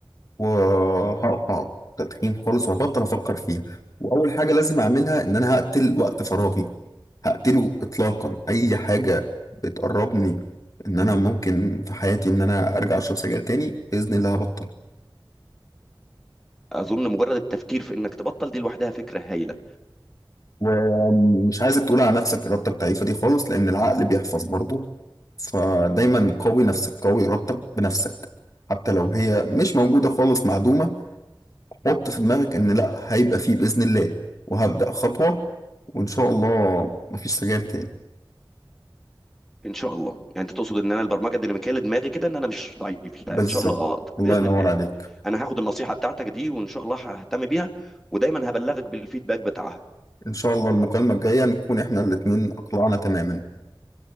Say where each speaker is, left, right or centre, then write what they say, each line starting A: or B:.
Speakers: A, on the left; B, in the centre.
A: وهقطع تدخين خالص وهبطل افكر فيها واول حاجه لازم اعملها ان انا هقتل وقت فراغي هقتله اطلاقا اي حاجه بتقربني ان انا ممكن في حياتي ان انا ارجع اشرب سجاير تاني باذن الله هبطل
B: اظن مجرد التفكير في انك تبطل دي لوحدها فكرة هايلة
A: ومش عايزك تقول على نفسك ارادتك ضعيفه دي خالص لان العقل بيحفظ برضه فدايما قوي نفسك قوي ارادتك بنفسك حتى لو هي مش موجوده خالص معدومه حط في دماغك ان لا هيبقى فيه باذن الله وهبدا خطوه وان شاء الله مفيش سجاير تاني
B: ان شاء الله يعني انت تقصد ان انا البرمجة الديناميكية اللي دماغي كده ان انا مش ضعيف لا
A: بالظبط
B: ان شاء الله اقدر
A: الله
B: بإذن
A: ينور
B: الله
A: عليك
B: انا هاخد النصيحة بتاعتك دي وان شاء الله ههتم بيها ودايما هبلغك بالفيدباك بتاعها
A: ان شاء الله المكالمه الجايه نكون احنا الاتنين اقلعنا تماما